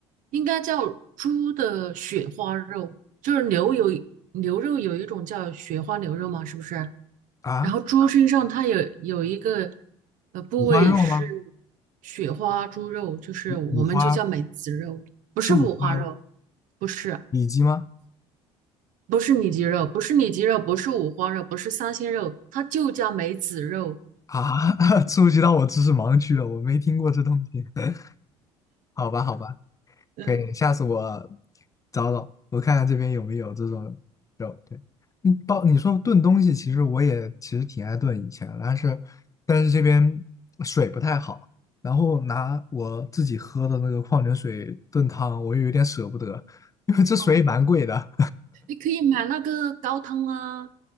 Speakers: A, on the right (about 60°); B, on the left (about 20°).
A: 应该叫猪的雪花肉，就是牛有牛肉有一种叫雪花牛肉嘛，是不是？
B: 啊？
A: 然后猪身上它有有一个呃部位是
B: 五花肉吗？
A: 雪花猪肉，就是我们就叫梅子肉，
B: 五花
A: 不是五花肉，
B: 是五花肉
A: 不是
B: 里脊吗？
A: 不是里脊肉，不是里脊肉，不是五花肉，不是三鲜肉，它就叫梅子肉。
B: 啊，<laughs> 触及到我知识盲区了，我没听过这东西。<laughs> 好吧，好吧，
A: 嗯，
B: 可以，下次我找找，我看看这边有没有这种肉。对，你包你说炖东西，其实我也其实挺爱炖以前，但是但是这边水不太好，然后拿我自己喝的那个矿泉水炖汤，我又有点舍不得，因为这水也蛮贵的。
A: 哦，你可以买那个高汤啊。